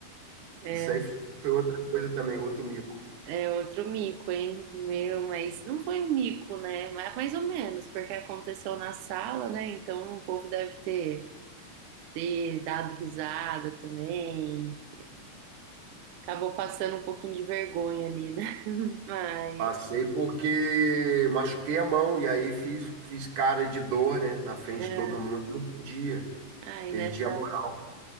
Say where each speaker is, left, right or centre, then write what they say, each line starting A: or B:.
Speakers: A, on the right (about 70°); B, on the right (about 85°).
A: É.
B: isso aí foi outra coisa também, outro mico.
A: É outro mico, hein? Meu, mas não foi um mico, né? Mas mais ou menos, porque aconteceu na sala, né? Então o povo deve ter, ter dado risada também. Acabou passando um pouquinho de vergonha ali, né? <laughs> Mas,
B: Passei porque machuquei a mão e aí fiz, fiz cara de dor, né, na frente
A: é,
B: de todo mundo. Um dia,
A: ai,
B: perdi
A: nessa.
B: a moral.